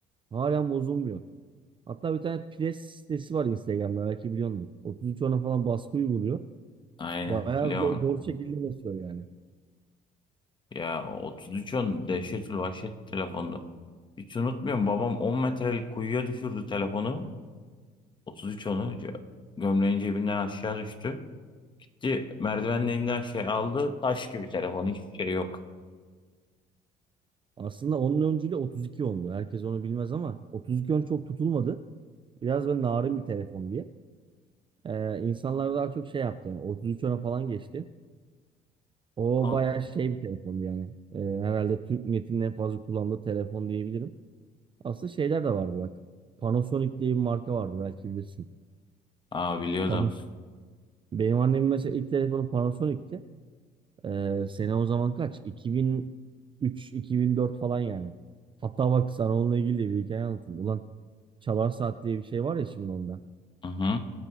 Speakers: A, on the right; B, on the left.
A: Halen bozulmuyor. Hatta bir tane pres sitesi var Instagram'da belki biliyorsunuz. 33 ona falan baskı uyguluyor.
B: aynen
A: Bayağı
B: biliyorum
A: zor, zor şekilde basıyor yani.
B: ya 33 on dehşetül vahşet bir telefondu. Hiç unutmuyorum babam 10 metrelik kuyuya düşürdü telefonu 33 onu gömleğin cebinden aşağı düştü. Gitti merdivenin her şey aldı. Taş gibi telefon hiçbir şey yok.
A: Aslında onun öncülüğü 32 ondu. Herkes onu bilmez ama 32 on çok tutulmadı. Biraz böyle narin bir telefon diye. Ee, insanlar daha çok şey yaptı yani. 33 ona falan geçti. O
B: Al.
A: bayağı şey bir telefondu yani. Ee, herhalde Türk milletinin en fazla kullandığı telefon diyebilirim. Aslında şeyler de vardı bak. Panasonic diye bir marka vardı belki bilirsin.
B: Aa biliyordum.
A: Panasonic. Benim annemin mesela ilk telefonu Panasonic'ti. Ee, sene o zaman kaç? 2003-2004 falan yani. Hatta bak sana onunla ilgili de bir hikaye anlatayım. Ulan Çalar Saat diye bir şey var ya şimdi onda.
B: Hı hı.